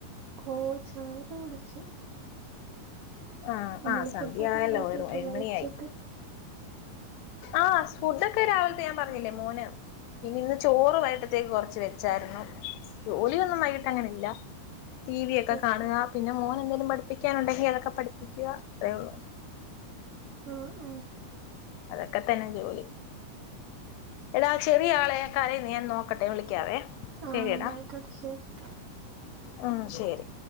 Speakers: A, on the right; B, on the left.
A: ഓ ചായൊക്കെ കുടിച്ച്
B: ആഹ്
A: നിങ്ങള്
B: ആഹ്
A: ഫുഡ്
B: സന്ധ്യയായല്ലോ
A: ഒക്കെ ഉണ്ടാക്കിയേക്കുല്ലേ
B: ഒരു ഏഴുമണിയായി
A: ഉച്ചയ്ക്ക്
B: ആഹ് ഫുഡൊക്കെ രാവിലത്തെ ഞാൻ പറഞ്ഞില്ലേ മോന് പിന്നെ ഇന്ന് ചോറ് വൈകിട്ടത്തേക്ക് കൊറച്ച് വെച്ചായിരുന്നു ജോലിയൊന്നും വൈകിട്ട് അങ്ങനില്ല ടി വി ഒക്കെ
A: ഉം
B: കാണുക പിന്നെ മോൻ എന്തേങ്കിലും പഠിപ്പിക്കാനുണ്ടെങ്കി അതൊക്കെ പഠിപ്പിക്കുക അത്രയേള്ളു
A: ഉം ഉം ഉം
B: അതൊക്കെ തന്നെ ജോലി എടാ ചെറിയ ആളെ കരയുന്ന ഞാൻ നോക്കട്ടെ വിളിക്കാവേ
A: ആഹ്
B: ശരിയെടാ
A: എന്ന ആയിക്കോട്ടെ ശരി
B: ഉം ശരി